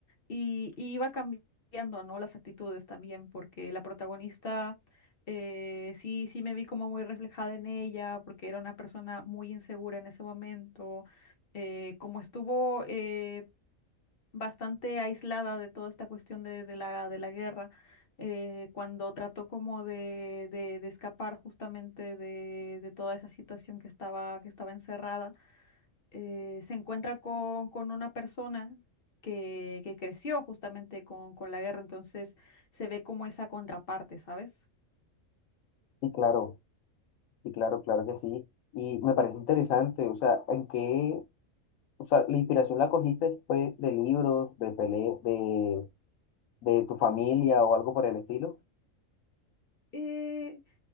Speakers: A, on the left; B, on the left.
A: Y, y iba cambiando, ¿no? Las actitudes también, porque la protagonista, eh, sí, sí me vi como muy reflejada en ella, porque era una persona muy insegura en ese momento, eh, como estuvo eh, bastante aislada de toda esta cuestión de, de la, de la guerra, eh, cuando trató como de, de, de escapar justamente de, de toda esa situación que estaba, que estaba encerrada eh, se encuentra con, con una persona que, que creció justamente con, con la guerra, entonces se ve como esa contraparte, ¿sabes?
B: claro. Sí, claro, claro que sí. Y me parece interesante, o sea, ¿en qué? O sea, la inspiración la cogiste fue de libros, de pele, de, de tu familia o algo por el estilo.
A: Eh,